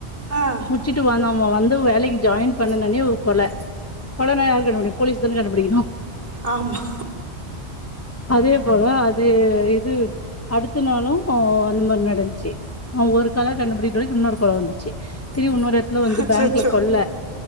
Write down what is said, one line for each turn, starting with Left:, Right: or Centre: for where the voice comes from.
Right: ஆ
Left: முச்சிட்டு வந்தா அவன் வந்து வேலைக் ஜாயின் பண்னுணணே ஒரு கொல கொலனா யாரு கண்டுபுடிக்கணு போலீஸ் தான கண்டுபுடிக்கணு
Right: ஆமா
Left: அதே போல அது இது அடுத்த நாளு அந்த மாரி நடந்ச்சு அ ஒரு கொல கண்டுபுடிக்குள்ள இன்னொரு கொல வந்துச்சு திரி உன்னோர் இடத்துல வந்து
Right: அச்சோ
Left: பேங்க்ல
Right: அச்சோ
Left: கொல்ல